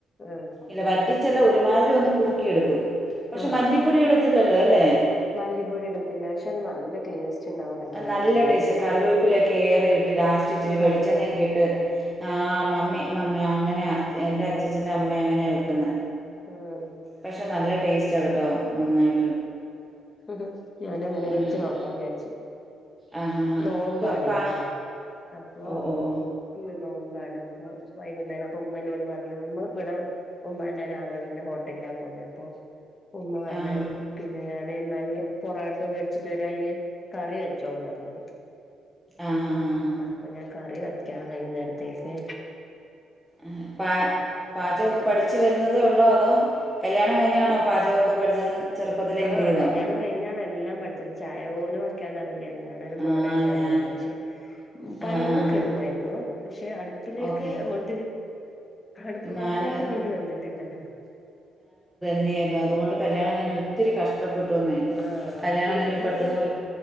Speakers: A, on the left; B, in the centre.
A: ആഹ്
B: ഇല്ല വറ്റി ച്ചല്ല ഒരുമാതിരി ഒന്നു കുറുക്കിയെടുക്കും പക്ഷേ
A: ആഹ്
B: മല്ലിപ്പൊടിയിടത്തില്ലല്ലോ അല്ലേ
A: മല്ലിപ്പൊടി ഇടത്തില്ല ഷേ അത് നല്ല ടേസ്റ്റ് ഉണ്ടാവൂല അങ്ങനെ
B: അ നല്ല
A: വെക്കുന്നല്ലേ
B: ടേസ്റ്റാ കറിവേപ്പിലയൊക്കെ ഏറെയിട്ട് ലാസ്റ്റ് ഇച്ചിരി വെളിച്ചെണ്ണയൊക്കെയിട്ട്
A: ആഹ്
B: ആഹ് മമ്മി മമ്മി അങ്ങനെയാ എന്റെ അഛച്ചന്റമ്മയങ്ങനെയ വെക്കുന്നെ
A: ആഹ്
B: പക്ഷെ നല്ല ടേസ്റ്റാ കെട്ടോ നന്നായി
A: ഓഹ് ഞാനങ്ങനെ
B: അങ്ങനെ
A: വെച്ച് നോക്കാ വിചാരിച്ചു
B: ആ ഹാ ഹാ
A: നോമ്പാണെ
B: ഇപ്പം പാ
A: ഇവിടെ അപ്പൊ
B: ഓ ഓ ഓ
A: ഇന്ന് നോമ്പാണ് അപ്പൊ വൈകുന്നേര അപ്പൊ ഉമ്മന്നോട് പറഞ്ഞു ഉമ്മ ഇവിടെ ഉമ്മാന്റെ ഒരാങ്ങളെന്റെ ഹോട്ടൽലാ പോകുന്നേ അപ്പൊ ഉമ്മ പറഞ്ഞ്
B: ആ ഹാ
A: പിന്നെ ഞാന് എന്നാല് പൊറാട്ടോ വേടിച്ചിട്ട് വരാ ഇയ്യ് കറി വെച്ചോന്ന് പറഞ്ഞെന്നോട്
B: ആഹ് ഹ ഹ ആഹ്
A: അപ്പൊ ഞാൻ കറി വെക്കാ വൈന്നേരത്തേക്ക്
B: ഏഹ് പ പാചഒക്കെ
A: വിചാരിച്ച്
B: പഠിച്ചു വരു രുന്നതേയുള്ളോ അതോ കല്യാണം കയിഞ്ഞാണോ പാചകൊക്കെ പഠിച്ചത് ചെറുപ്പത്തിലേ
A: ആഹ്
B: എന്ത് ചെയ്തോ
A: കല്യാണം കഴിഞ്ഞാണെല്ലാം പഠിച്ചത് ചായ പോലും വെക്കാനറിയി ല്ലാര്ന്ന് ഞാനൊരു
B: ആ
A: മോളെ ഇണ്ടായിരുന്നുള്ളൂ
B: ഞാൻ
A: പഷേ ഉം പണികളൊക്കെ
B: ആ ആ ആ
A: എടുക്കുവായിരുന്നു പഷേ അടുപ്പിലേക്ക്
B: ഓക്കെ
A: അങ്ങോട്ട് അടുപ്പ് ഭാഗത്തേക്കങ്ങോട്ട്
B: ഞാൻ
A: വന്നിട്ടില്ലാര്ന്നു
B: ന്നേരതുകൊണ്ട് കല്ല്യാണം കയിഞ്ഞൊത്തിരി കഷ്ടപ്പെട്ടൂന്നേ
A: ആഹ്
B: കല്യാണം
A: ഒത്തിരി
B: കയിഞ്ഞ്
A: നമുക്ക്
B: പെട്ടെന്നൊരു